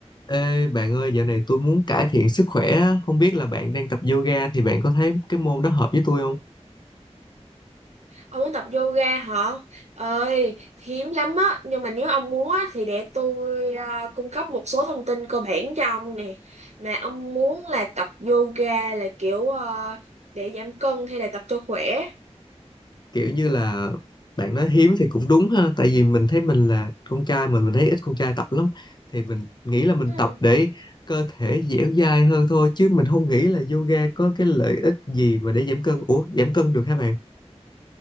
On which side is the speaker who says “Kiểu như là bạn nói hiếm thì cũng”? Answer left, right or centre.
Left